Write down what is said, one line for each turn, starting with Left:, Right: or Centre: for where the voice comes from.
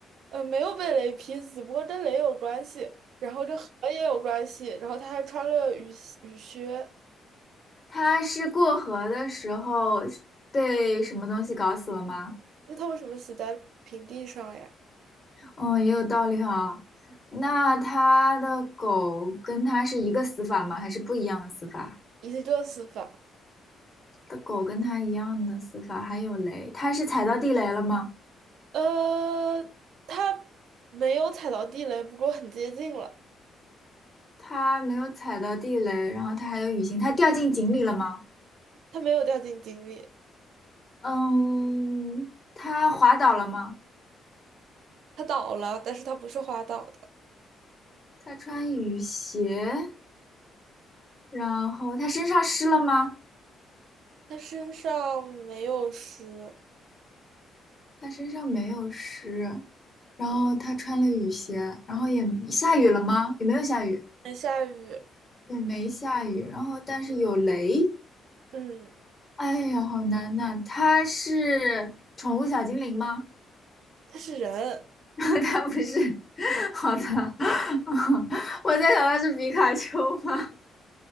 Right: 呃，没有被雷劈死，不过跟雷有关系，然后这河也有关系，然后他还穿了雨鞋雨靴，
Left: 他是过河的时候被什么东西搞死了吗？
Right: 那他为什么死在平地上呀？
Left: 哦，也有道理哈。那他的狗跟他是一个死法吗？还是不一样的死法？
Right: 一个死法，
Left: 他的狗跟他一样的死法，还有雷，他是踩到地雷了吗？
Right: 呃，他没有踩到地雷，不过很接近了，
Left: 他没有踩到地雷，然后他还有雨欣，他掉进井里了吗？
Right: 他没有掉进井里，
Left: 嗯，他滑倒了吗？
Right: 他倒了，但是他不是滑倒的。
Left: 他穿雨鞋，然后他身上湿了吗？
Right: 他身上没有湿，
Left: 他身上没有湿，然后他穿了雨鞋，然后也下雨了吗？也没有下雨。
Right: 没下雨。
Left: 也没下雨，然后但是有雷，
Right: 嗯，
Left: 哎呀，好难呐！它是宠物小精灵吗？
Right: 他是人，
Left: <laughs> 它不是，好的，<laughs> 我在想它是皮卡丘吗？